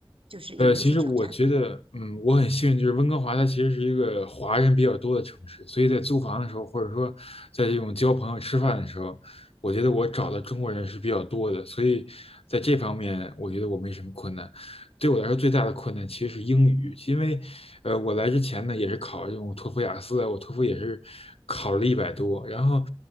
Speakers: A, on the right; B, on the left.
A: 就是有没有一些挑战呢？
B: 呃，其实我觉得，嗯，我很幸运，就是温哥华它其实是一个华人比较多的城市，所以在租房的时候，或者说在这种交朋友、吃饭的时候，我觉得我找的中国人是比较多的，所以在这方面，我觉得我没什么困难。对我来说最大的困难其实是英语，因为呃，我来之前呢也是考这种托福、雅思啊，我托福也是考了一百多，然后